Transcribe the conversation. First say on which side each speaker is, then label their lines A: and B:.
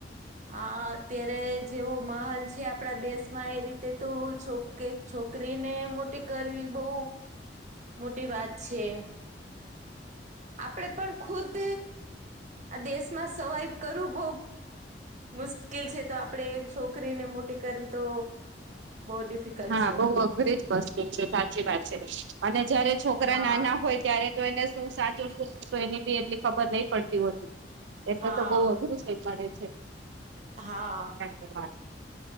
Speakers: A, on the right (about 45°); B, on the right (about 80°).
A: હા અત્યારે જેવો માહોલ છે આપણા દેશમાં એ રીતે તો જોકે છોકરીને મોટી કરવી બઉ મોટી વાત છે. આપડે પણ ખુદ આ દેશમાં સવાઈવ કરું બહ મુ કેલ છે તો આપડે એક છોકરીને મોટી કરવી તો બહુ ડિફિકલ્ટ
B: હા
A: છે
B: બહ અઘરી જ વસ્તુ છે સાચી વાત છે અને જયારે છોકરા
A: હા
B: નાના હોય ત્યારે તો એને શું સાચું શું ખોટું તો એની બી એટલી ખબર નહી પડતી હોતી એટલે
A: હા
B: તો બઉુ અઘરું થઈ પડે
A: હા
B: છેરા